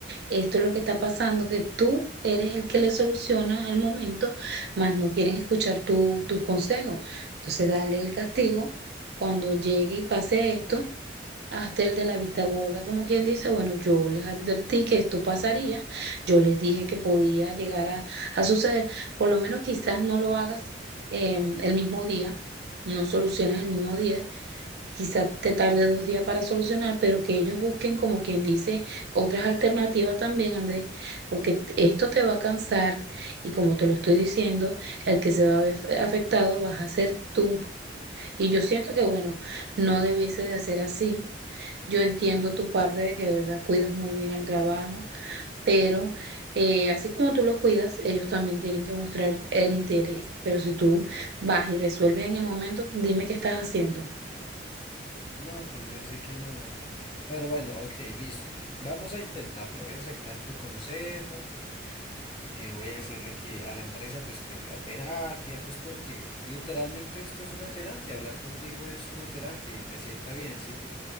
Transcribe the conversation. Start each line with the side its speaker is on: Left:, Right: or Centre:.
Right: Esto es lo que está pasando, que tú eres el que le soluciona el momento, mas no quieren escuchar tu- tus consejos. Entonces, dale el castigo. Cuando llegue y pase esto, hasta el de la vista gorda, como quien dice, bueno, yo les advertí que esto pasaría, yo les dije que podía llegar a, a suceder. Por lo menos quizás no lo hagas eh, el mismo día, no soluciones el mismo día quizás te tarde dos días para solucionar, pero que ellos busquen, como quien dice, otras alternativas también, Andrés, porque t- esto te va a cansar y como te lo estoy diciendo, el que se va a ver f- afectado vas a ser tú. Y yo siento que, bueno, no debiese de hacer así. Yo entiendo tu parte de que de verdad cuidas muy bien el trabajo, pero eh, así como tú lo cuidas, ellos también tienen que mostrar el interés. Pero si tú vas y resuelves en el momento, dime qué estás haciendo.
Left: No, pues yo sé que nada. Pero bueno, ok, listo. Vamos a intentarlo. Voy a aceptar tu consejo. eh, voy a decirle que a la empresa, pues que fui a terapia, pues porque literalmente esto es una terapia. Hablar contigo es una terapia y me sienta bien, sí.